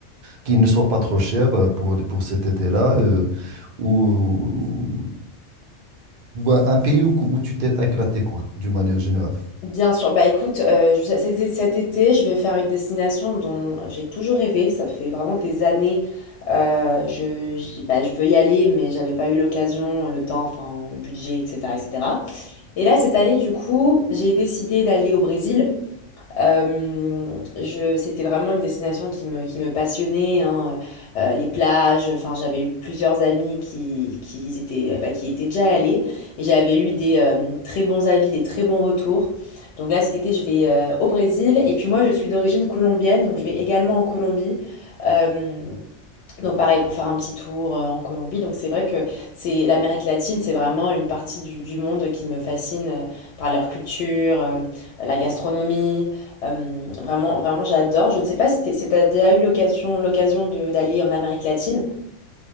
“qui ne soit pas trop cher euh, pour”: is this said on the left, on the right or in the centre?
Right